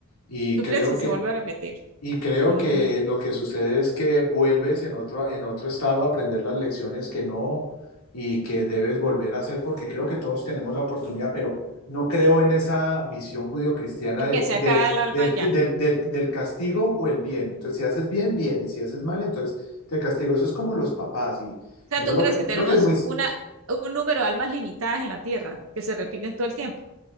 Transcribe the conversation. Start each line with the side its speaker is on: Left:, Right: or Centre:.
Left: y
Right: ¿Tú
Left: creo
Right: crees que se
Left: que
Right: vuelve a repetir?
Left: y creo
Right: Mm,
Left: que lo que sucede es que vuelves en otro, en otro estado a aprender las lecciones que no y que debes volver a hacer, porque creo que todos tenemos la oportunidad, pero no creo en esa visión judio-cristiana
Right: de
Left: del,
Right: que se
Left: del,
Right: acaba el alma
Left: del,
Right: y ya.
Left: del, del- del castigo o el bien. Entonces, si haces bien, bien, y si haces mal, entonces te castigo. Eso es como los papás, y
Right: sea,
Left: yo
Right: ¿tú
Left: lo,
Right: crees
Left: ve-
Right: que tenemos
Left: creo que es muy,
Right: una, un número de almas limitadas en la Tierra que se repiten todo el tiempo?